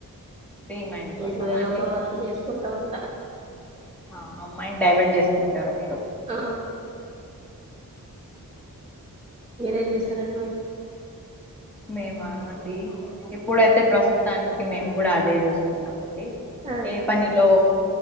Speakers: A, in the centre; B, on the right.
A: ఫ్రీ మైండ్ కోసమా
B: ఇంట్లో ఏదో
A: అండి
B: ఒక వర్క్ చేసుకుంటా ఉంట
A: ఆ అమ్మాైండ్ డైవర్ట్ చేసుకుంటారు మీరు <inaudible>
B: ఆ మీరేం చేస్తారండి మళ్లీ
A: మేమా అండి ఇప్పుడైతే ప్రస్తుతానికి మేము కూడా అదే చూస్తున్నామండి
B: ఆ
A: ఏ పనిలో